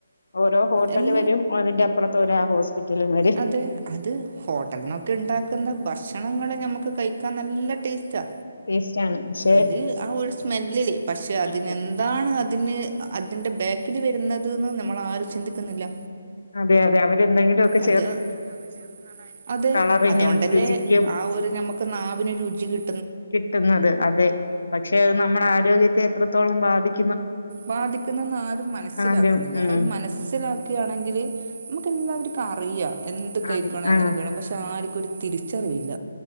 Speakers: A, on the left; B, on the right.
A: ഓരോ ഹോട്ടല്
B: എൽ
A: വരും അതിന്റെപ്പുറത്ത് ഒരാ ഹോസ്പിറ്റലും വരും
B: അതെ അത് ഹോട്ടൽന്നൊക്കെണ്ടാക്കുന്ന ഭ ഭക്ഷണങ്ങള്ഞമ്മക്ക് കഴിക്കാൻ നല്ല ടേസ്റ്റാ
A: ടേസ്റ്റ് ആണ് പക്ഷെ
B: ഒരു ആ ഒരു സ്മെല്ല്ല് പക്ഷെ അതിനെന്താണ്
A: അതെ
B: അതിന് അതിന്റെബാക്കില് വരുന്നുന്നത്ന് നമ്മളാരും ചിന്തിക്കുന്നില്ല
A: അതെ അതെ അവരെന്തെങ്കിലൊക്കെ
B: അത്എന്തൊക്കിലൊക്കെ അതെ
A: കളറിനും
B: അതൊണ്ടല്ലേ
A: രുചിക്കും
B: ആ ഒരു ഞമക്ക് നാവിന് രുചി കിട്ട
A: കിട്ടുന്നത് അതെ പക്ഷെത് നമ്മളെ ആരോഗ്യത്തെഎത്രത്തോളം ബാധിക്കും
B: ബാധിക്കുന്നെന്നാരും മനസ്സിലാക്കുന്നില്ല
A: ആരും ഉം
B: അത് മനസ്സിലാക്കിയാണെങ്കില് നമുക്കെല്ലാവർക്കും അറിയാ എന്ത് കഴിക്കണം
A: അറി
B: എങ്ങനെകഴണം
A: ആ
B: പക്ഷെ ആർക്കൊരു തിരിച്ചറിവില്ല.